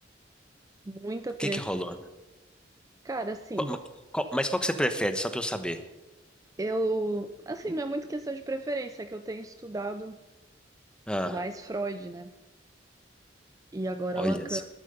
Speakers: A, on the right; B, in the centre.
A: Muita treta.
B: que que rolou?
A: Cara, assim,
B: Qual- ma- qual- Mas qual que você prefere, só pra eu saber?
A: eu. Assim, não é muito questão de preferência, é que eu tenho estudado
B: Ah,
A: mais Freud, né? E agora
B: olha.
A: Lacan.